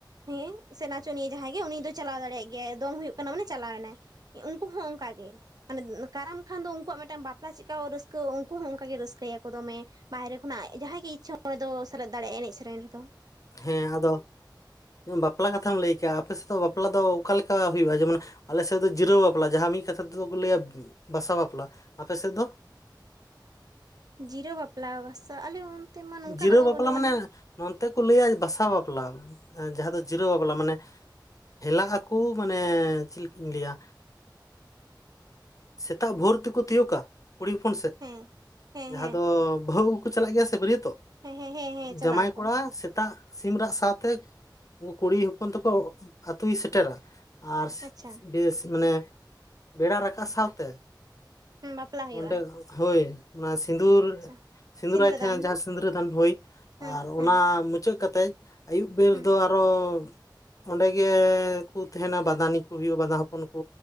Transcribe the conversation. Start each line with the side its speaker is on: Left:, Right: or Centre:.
Right: ᱦᱮᱸ ᱥᱮᱱᱟᱪᱚᱱᱤᱭᱟᱹ ᱡᱟᱦᱟᱸᱭ ᱜᱮ ᱩᱱᱤ ᱫᱚ ᱪᱟᱞᱟᱣ ᱫᱟᱲᱮᱭᱟᱜ ᱜᱮᱭᱟᱭ ᱫᱚᱢ ᱦᱩᱭᱩᱜ ᱠᱟᱱᱟ ᱢᱟᱱᱮ ᱪᱟᱞᱟᱣ ᱮᱱᱟᱭ᱾ ᱩᱱᱠᱩ ᱦᱚᱸ ᱚᱱᱠᱟ ᱜᱮ ᱢᱟᱱᱮ ᱠᱟᱨᱟᱢ ᱠᱷᱟᱱ ᱫᱚ ᱩᱱᱠᱩᱣᱟᱜ ᱢᱤᱫᱴᱟᱱ ᱵᱟᱯᱞᱟ ᱪᱤᱠᱠᱟ ᱨᱟᱹᱥᱠᱟᱹᱼᱼ ᱟᱠᱚᱠᱩ ᱦᱚᱸ ᱚᱱᱠ ᱜᱮᱮᱟᱹᱠᱟᱹᱭᱟᱠᱚ ᱫᱚᱢᱮ ᱵᱟᱦᱨᱮ ᱠᱷᱚᱱᱟᱜ ᱡᱟᱦᱟᱸᱭ ᱜᱮ ᱤᱪᱪᱷᱟᱹ ᱚᱸᱰᱮ ᱫᱚ ᱥᱮᱞᱮᱫ ᱫᱟᱲᱮᱭᱟᱜᱟᱭ ᱮᱱᱮᱡ ᱥᱮᱨᱮᱧ ᱨᱮᱫᱚᱼᱼ
Left: ᱦᱮᱸ ᱟᱫᱚ ᱵᱟᱯᱞᱟ ᱠᱟᱛᱷᱟᱢ ᱞᱟᱹᱭ ᱠᱮᱜ ᱟᱯᱮ ᱥᱮᱫ ᱫᱚ ᱵᱟᱯᱞᱟ ᱫᱚ ᱚᱠᱟᱞᱠᱟ ᱦᱩᱭᱩᱜᱼᱟ? ᱡᱮᱢᱚᱱᱼᱼ ᱟᱞᱮ ᱥᱮᱫ ᱫᱚ ᱡᱤᱨᱟᱹᱣ ᱵᱟᱯᱞᱟ ᱡᱟᱦᱟᱸ ᱢᱤᱫ ᱠᱟᱛᱷᱟ ᱛᱮᱫᱚ ᱠᱚ ᱞᱟᱹᱭᱟ ᱵᱟᱥᱟ ᱵᱟᱯᱞᱟ ᱟᱯᱮ ᱥᱮᱫ ᱫᱚ?
Right: ᱡᱤᱨᱟᱹᱣ ᱵᱟᱯᱞᱟ ᱵᱟᱥᱟ ᱟᱞᱮ ᱚᱱᱛᱮ ᱢᱟ ᱱᱚᱝᱠᱟᱱᱟᱜ
Left: ᱡᱤᱨᱟᱹᱣ
Right: ᱢᱟ
Left: ᱵᱟᱯᱞᱟ
Right: ᱵᱟᱹᱱᱩᱜ
Left: ᱢᱟᱱᱮ
Right: ᱟᱱᱟ᱾
Left: ᱱᱚᱱᱛᱮ ᱠᱚ ᱞᱟᱹᱭᱟ ᱵᱟᱷᱟᱥᱟ ᱵᱟᱯᱞᱟ ᱡᱟᱦᱟᱸ ᱫᱚ ᱡᱤᱨᱟᱹᱣ ᱵᱟᱯᱞᱟ ᱢᱟᱱᱮᱼᱼ ᱦᱮᱞᱟᱜ ᱟᱠᱚ ᱢᱟᱱᱮ ᱪᱮᱫ ᱞᱮᱠᱟ ᱤᱧ ᱞᱟᱹᱭᱟᱼᱼ ᱥᱮᱛᱟᱜ ᱵᱷᱳᱨ ᱛᱮᱠᱚ ᱛᱤᱭᱳᱜᱟ᱾ ᱠᱩᱲᱤ ᱦᱚᱯᱚᱱ ᱥᱮᱫ
Right: ᱦᱮᱸ ᱦᱮᱸ
Left: ᱡᱟᱦᱟᱸ
Right: ᱦᱮᱸ
Left: ᱫᱚ ᱵᱟᱹᱦᱩ ᱟᱜᱩ ᱠᱚ ᱪᱟᱞᱟᱜ ᱜᱮᱭᱟ ᱥᱮ ᱵᱟᱹᱨᱤᱭᱟᱹᱛ᱾
Right: ᱦᱮᱸ ᱦᱮᱸ ᱦᱮᱸ ᱦᱮᱸ ᱪᱟᱞᱟᱜ
Left: ᱡᱟᱢᱟᱭ
Right: ᱟᱠᱚ
Left: ᱠᱚᱲᱟ ᱥᱮᱛᱟᱜᱼᱼ ᱥᱤᱢ ᱨᱟᱜ ᱥᱟᱶᱛᱮ ᱠᱩᱲᱤ ᱦᱚᱯᱚᱱ ᱛᱮᱠᱚ ᱟᱹᱛᱩᱭ ᱥᱮᱴᱮᱨᱟ᱾ ᱟᱨ
Right: ᱟᱪᱪᱷᱟ
Left: ᱵᱮᱥ ᱢᱟᱱᱮ ᱵᱮᱲᱟ ᱨᱟᱠᱟᱵ ᱥᱟᱶᱛᱮᱼᱼ
Right: ᱦᱮᱸ ᱵᱟᱯᱞᱟ ᱦᱩᱭᱩᱜᱼᱟ
Left: ᱚᱸᱰᱮ ᱦᱳᱭ ᱚᱱᱟ ᱥᱤᱸᱫᱩᱨ
Right: ᱟᱪᱪᱷᱟ
Left: ᱥᱤᱸᱫᱩᱨᱟᱭ
Right: ᱥᱤᱸᱫᱽᱨᱟᱹ
Left: ᱛᱟᱦᱮᱱᱟ
Right: ᱫᱟᱱ
Left: ᱡᱟᱦᱟᱸᱼᱼ
Right: ᱦᱮᱸ
Left: ᱥᱤᱸᱫᱽᱨᱟᱹᱫᱟᱱ ᱦᱩᱭ ᱟᱨ
Right: ᱦᱮᱸ ᱦᱮᱸ
Left: ᱚᱱᱟ ᱢᱩᱪᱟᱹᱫ ᱠᱟᱛᱮᱜ ᱟᱹᱭᱩᱵ ᱯᱚᱨᱡᱚᱱᱛᱚ
Right: ᱦᱮᱸ
Left: ᱟᱨᱚᱼᱼ ᱚᱸᱰᱮ ᱜᱮ ᱛᱟᱦᱮᱱᱟ ᱵᱟᱫᱟᱱᱤ ᱠᱚ ᱦᱩᱭᱩᱜᱼᱟ ᱵᱟᱫᱟᱯᱚᱱ ᱠᱚᱼᱼ